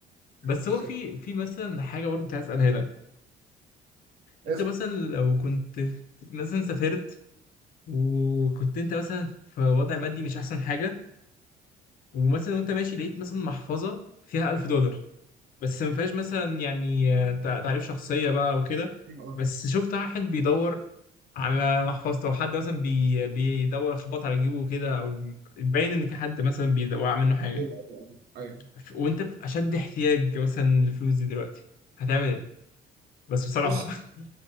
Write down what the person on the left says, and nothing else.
بس
هو في في مثلا حاجة برضو كنت عايز اسالها لك انت
مثلا لو كنت في- مثلا سافرت وكنت انت مثلا في وضع مادي مش احسن حاجه ومثلا وانت ماشي لقيت مثلا محفظه فيها 1000 دولار بس ما فيهاش مثلا يعني آه، تع- تعريف شخصيه بقى وكده
بس شفت واحد بيدور على محفظته او حد مثلا بي بيدور خبط على جيبه كده او باين ان في حد مثلا بيوقع منه حاجه
ف- وانت في اشد احتياج مثلا للفلوس دي دلوقتي هتعمل ايه بس بصراحه
<laughs>